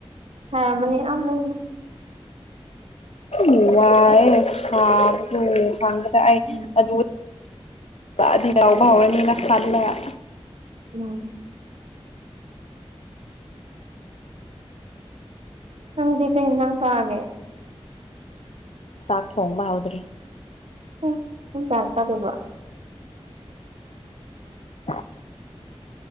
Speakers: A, on the right (about 75°); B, on the left (about 85°).
A: ꯍ ꯃꯅꯤ ꯑꯅ
B: ꯎ ꯋꯥꯏꯕ ꯈꯪꯕꯗ ꯑꯩ
A: ꯎꯝ
B: ꯑꯗꯨ ꯑꯗꯨ ꯌꯥꯎꯕ ꯍꯥꯎꯋ ꯉ ꯇꯜꯂ
A: ꯎꯝ ꯅꯪ ꯗꯤꯄꯤꯤꯟ ꯎ ꯇꯑꯒꯦ
B: ꯁꯥꯥꯛ ꯊꯣꯡꯕ ꯍꯥꯎꯗ꯭ꯔꯤ
A: <unintelligible>
B: <unintelligible>